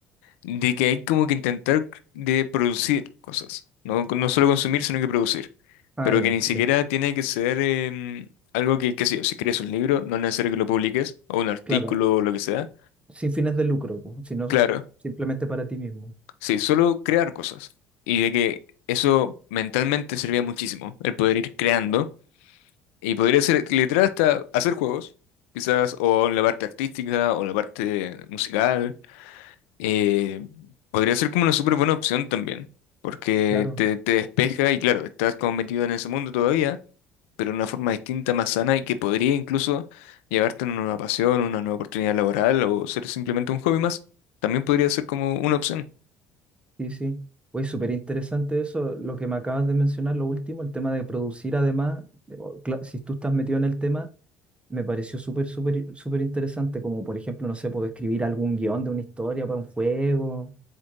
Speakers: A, on the left (about 75°); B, on the right (about 15°).
A: de que hay como que intentar de producir cosas, no, no solo consumir, sino que producir,
B: Ah,
A: pero
B: ya,
A: que ni siquiera
B: ya.
A: tiene que ser em, algo que, qué sé yo, si crees un libro, no es necesario que lo publiques, o un artículo
B: Claro,
A: o lo que sea,
B: sin fines de lucro, pues, sino
A: claro,
B: simplemente para ti mismo.
A: sí, solo crear cosas, y de que eso mentalmente servía muchísimo, el poder ir creando Y podría ser literal hasta hacer juegos, quizás, o en la parte artística, o la parte musical. Eh, podría ser como una súper buena opción también, porque
B: Claro,
A: te, te despeja y claro, estás como metido en ese mundo todavía, pero de una forma distinta, más sana y que podría incluso llevarte a una nueva pasión, una nueva oportunidad laboral o ser simplemente un hobby más. También podría ser como una opción,
B: sí, sí. Pues súper interesante eso, lo que me acabas de mencionar, lo último, el tema de producir además, de- o, cla- si tú estás metido en el tema me pareció súper, súper, súper interesante, como por ejemplo, no sé, puedo escribir algún guión de una historia para un juego,